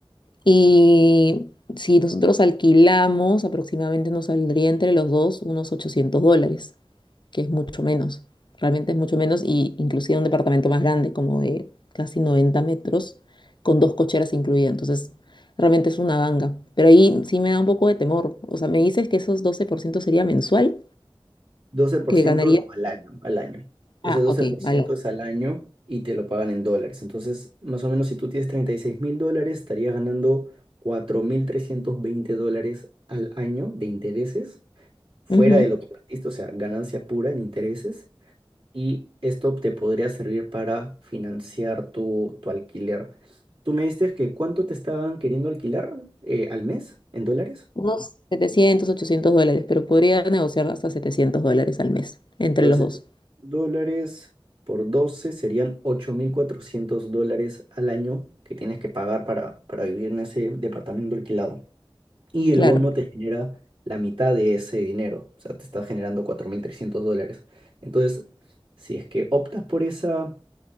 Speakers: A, on the left; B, on the right.
A: Y si nosotros alquilamos, aproximadamente nos saldría entre los dos unos 800 dólares, que es mucho menos. Realmente es mucho menos y inclusive un departamento más grande, como de casi 90 metros, con dos cocheras incluidas. Entonces, realmente es una ganga. Pero ahí sí me da un poco de temor. O sea, me dices que esos 12% sería mensual
B: 12%
A: que ganaría.
B: no, al año, al año. Ese
A: Ah,
B: doce
A: ok,
B: por ciento
A: vale.
B: es al año y te lo pagan en dólares. Entonces, más o menos si tú tienes treinta y seis mil dólares, estarías ganando 4.320 dólares al año de intereses, fuera
A: Ujú.
B: de lo que invertiste, o sea, ganancia pura en intereses y esto te podría servir para financiar tu, tu alquiler. Tú me diste que cuánto te estaban queriendo alquilar eh, al mes en dólares.
A: Unos 700 800 dólares, pero podría negociar hasta 700 dólares al mes entre
B: Entonces,
A: los dos.
B: dólares por 12 serían 8.400 dólares al año que tienes que pagar para, para vivir en ese departamento alquilado. Y el
A: Claro,
B: bono te genera la mitad de ese dinero, o sea, te está generando 4.300 dólares. Entonces, si es que optas por esa,